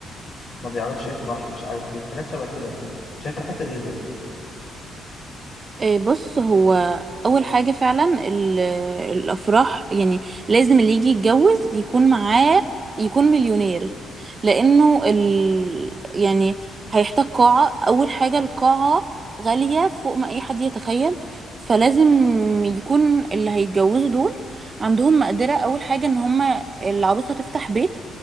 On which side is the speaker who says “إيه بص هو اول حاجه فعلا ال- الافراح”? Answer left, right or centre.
Right